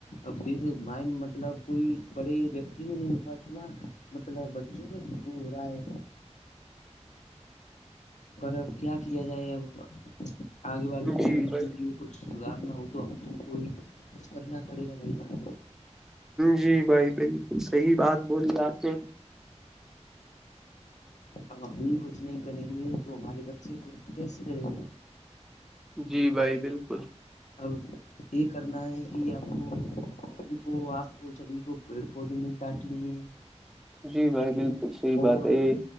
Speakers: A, on the left; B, in the centre.
A: اب دیکھو مائنڈ مطلب کوئی بڑے ویکتی میں نہیں ہوا اتنا مطلب بچوں کا جب ہو رہا ہے پر اب کیا کیا جائے اب آگے والی پیڑھی
B: جی بھائی
A: کے لیے کچھ سدار نہ ہو تو ہم تو کوئی ک کرنا پڑے گا بائی جان
B: جی بھائی بالکل صحیح بات بولی آ کے
A: اب ہم بھی کچھ نہیں کریں گے تو ہمارے بچے کچھ کیسے رہیں گے
B: جی بھائی بالکل
A: اب یہ کرنا ہے کہ آپ کو ان کو آپ وہ سبھی کو پیڑ پودے نہیں کاٹنے ہیں
B: جی بھائی بالکل صحی
A: اور
B: بات ہے یہ